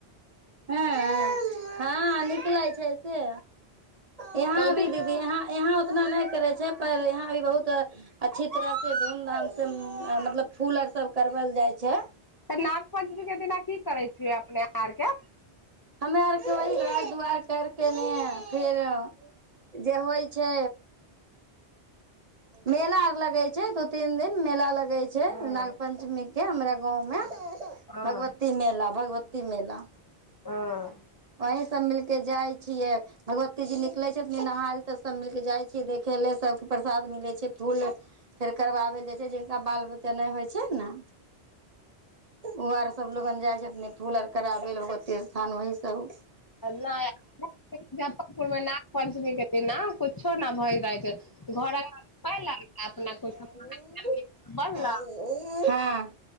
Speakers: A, on the right (about 40°); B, on the left (about 35°).
A: ह हँ निकलै छै से यहाँ
B: तऽ ओहि दिन
A: भी दीदी यहाँ। यहाँ उतना नहि करै छै पर यहाँ अभी बहुत। अच्छी तरह से धूमधाम से मतलब फूल आर सब करवल जाय छै।
B: तऽ नाग पञ्चमी के दिना की करै छियै अपने आरके।
A: हमे आरके ओहि घर दुआर कर के ने फिर। जे होइ छै, मेला आर लगै छै। छै दू तीन दिन मेला लगै छै,
B: हँ
A: नाग पञ्चमी के हमरा गाँव मे।
B: हँ हँ
A: भगवती मेला भगवती मेला।
B: ह।
A: वहीं सब मिलके जाय छियै, भगवती जी निकले छथिन नहाय। तऽ सब मिलके जाइ छीयै देखे ले सब। प्रसाद मिलै छै, फूल फेर करबाबै ल जाइ छै, जिनका बाल बच्चा नहि होइ छै ने। ओ आर सब लोगन जाइ छथिन, फूल आर कराबै भगती स्थान वह सब।
B: नहि मुजफ्फरपुरमे नाग पञ्चमीक के दिन ने कुछो न भय जाइत छै। घर आंगन पलक अपना
A: हँ
B: कछ बनलक।
A: हँ